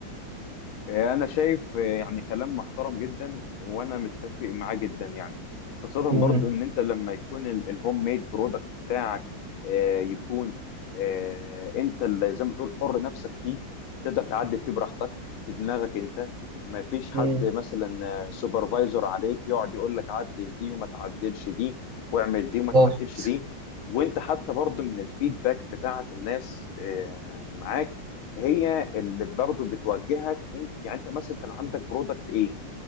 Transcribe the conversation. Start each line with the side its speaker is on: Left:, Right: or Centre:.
Left: انا شايف يعني كلام محترم جدا وانا متفق معاه جدا يعني خاصة
Right: امم
Left: برضو ان انت لما يكون ال- الهوم ميد برودكت بتاعك آه، يكون آه، انت اللي زي ما تقول حر نفسك فيه تقدر تعدل فيه براحتك بدماغك انت ما فيش حد
Right: امم
Left: مثلا سوبرفايزر عليك يقعد يقول لك عدل دي وما تعدلش دي واعمل دي وما
Right: بالظبط
Left: تعدلش دي وانت حتى برضو من الفيدباك بتاعت الناس آه، معاك هي اللي برضه بتوجهك انت يعني انت مثلا كان عندك برودكت ايه